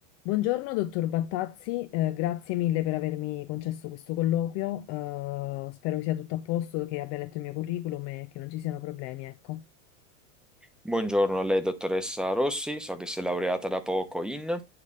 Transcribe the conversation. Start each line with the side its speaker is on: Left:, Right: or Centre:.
Left: Buongiorno, dottor Battazzi, eh, grazie mille per avermi concesso questo colloquio. eh, spero sia tutto a posto, che abbia letto il mio curriculum e che non ci siano problemi, ecco.
Centre: Buongiorno a lei, dottoressa Rossi, so che si è laureata da poco in...